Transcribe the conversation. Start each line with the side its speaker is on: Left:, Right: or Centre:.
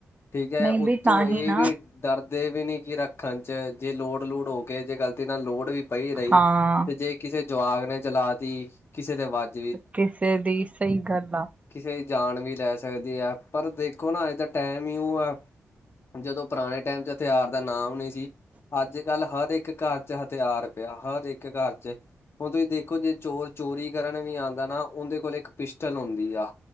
Left: ਠੀਕ ਹੈ
Right: ਨਹੀਂ
Left: ਉਤੋਂ
Right: ਬਈ ਤਾਂ
Left: ਇਹ
Right: ਹੀ ਨਾ
Left: ਵੀ ਡਰਦੇ ਵੀ ਨੀ ਕੀ ਰੱਖਨ ਚ ਜੇ ਲੋੜ ਲੂੜ ਹੋ ਕੇ ਜੇ ਗ਼ਲਤੀ ਨਾਲ ਲੋੜ ਵੀ ਪਈ ਰਹੀ,
Right: ਹਾਂ
Left: ਤੇ ਜੇ ਕਿਸੇ ਜਵਾਕ ਨੇ ਚਲਾ ਤੀ, ਕਿਸੇ ਦੇ ਵਜ
Right: ਕਿਸੇ ਦੀ ਸਹੀ ਗੱਲ ਆ।
Left: ਕਿਸੇ ਦੀ ਜਾਨ ਵੀ ਲੈ ਸਕਦੀ ਹੈ ਪਰ ਦੇਖੋ ਨਾ ਇਹਦਾ ਟਾਈਮ ਹੀ ਉਹ ਹੈ ਜਦੋਂ ਪੁਰਾਣੇ ਟਾਈਮ ਚ ਹਥਿਆਰ ਦਾ ਨਾਮ ਨਹੀਂ ਸੀ, ਅੱਜ ਕੱਲ ਹਰ ਇੱਕ ਘਰ ਚ ਹਥਿਆਰ ਪਿਆ ਹਰ ਇੱਕ ਘਰ ਚ। ਹੁਨ ਤੁਸੀਂ ਦੇਖੋ ਜੇ ਚੋਰ ਚੋਰੀ ਕਰਨ ਵੀ ਆਂਦਾ ਨਾ ਉਹਦੇ ਕੋਲ ਇੱਕ ਪਿਸਟਲ ਹੁੰਦੀ ਆ,